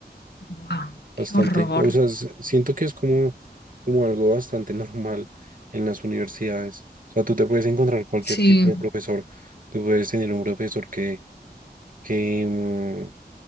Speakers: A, on the left; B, on the right.
A: ¡Buah! ¡Qué
B: bastante.
A: horror!
B: O sea, s- siento que es como, como algo bastante <laughs> normal en las universidades. O sea, tú te puedes encontrar cualquier
A: Sí,
B: tipo de profesor. Tú puedes tener un profesor que, que, mm,